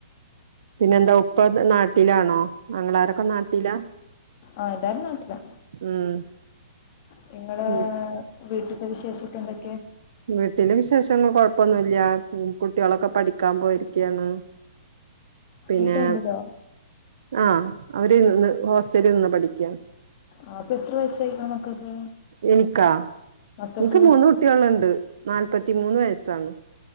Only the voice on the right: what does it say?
പിന്നെന്താ ഉപ്പ നാട്ടിലാണോ ആ ങ്ങളാരൊക്കെ നാട്ടിലാ
ഉം
ഉം.
വീട്ടില് വിശേഷങ്ങൾ കൊഴപ്പൊന്നുമല്ല കുട്ടികളൊക്കെ പഠിക്കാൻ പോയിരിക്കയാണ് പിന്നെ
ആ അവ ര് നിന്ന് ഹോസ്റ്റലിൽ നിന്ന് പഠിക്കാ
എനിക്കാ
എനിക്ക് മൂന്ന് കുട്ടികളുണ്ട് നാല്പത്തിമൂന്ന് വയസ്സാണ്